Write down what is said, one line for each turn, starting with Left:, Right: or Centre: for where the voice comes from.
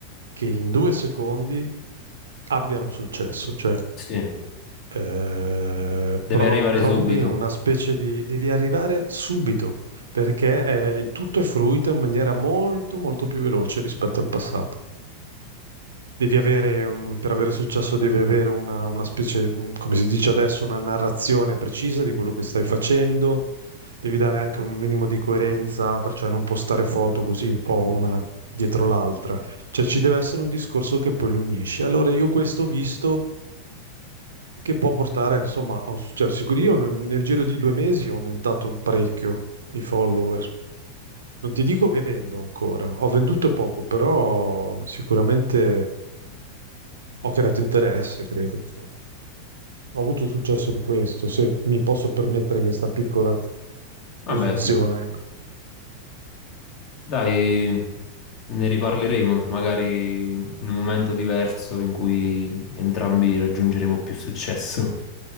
Right: che in due secondi abbiano successo, cioè
Left: Sì,
Right: eh,
Left: deve
Right: pro-
Left: arrivare
Right: provochi
Left: subito.
Right: una specie di... devi arrivare subito, perché eh, tutto è fruito in maniera molto, molto più veloce rispetto al passato devi avere, un- per avere successo, devi avere una, una specie, mm, come si dice adesso, una narrazione precisa di quello che stai facendo. Devi dare anche un minimo di coerenza, tra- cioè non postare foto così un po' una dietro l'altra. Cioè ci deve essere un discorso che poi li unisce. Allora io questo ho visto che può portare, insomma, a un successo. Sicuro io nel nel giro di due mesi ho aumentato parecchio i follower. Non ti dico che vendo ancora, ho venduto poco, però sicuramente ho creato interesse, credo. insomma. Ho avuto successo in questo, se mi posso permettere questa piccola
Left: Vabbè,
Right: presunzione,
Left: sì.
Right: ecco.
Left: Dai, ne riparleremo magari in un momento diverso in cui entrambi raggiungeremo più successo.